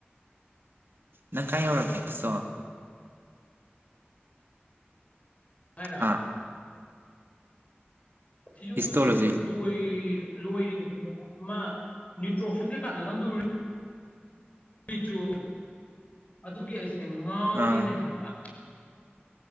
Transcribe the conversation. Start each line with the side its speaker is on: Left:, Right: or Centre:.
Right: ꯅ ꯀꯥꯏ ꯑꯣꯔ ꯀꯁꯣ
Left: ꯑꯔ
Right: ꯍꯥ
Left: ꯊꯁꯨ
Right: ꯍꯤꯁꯇꯣꯂꯣꯖꯤ
Left: ꯍꯧꯖꯤꯛ ꯂꯣꯏꯔ ꯂꯣꯏꯔꯅꯦ ꯑꯗꯨꯃ ꯅ꯭ꯌꯨꯇ꯭ꯔꯣꯐꯤꯞ ꯀꯩꯀꯥꯗꯣ ꯅꯪꯗꯨ ꯑꯩꯁꯨ ꯑꯗꯨꯒꯤ ꯑꯩꯁꯦ ꯉꯥꯎꯔꯤꯅꯦ
Right: ꯑꯥ
Left: ꯍꯥꯏꯕ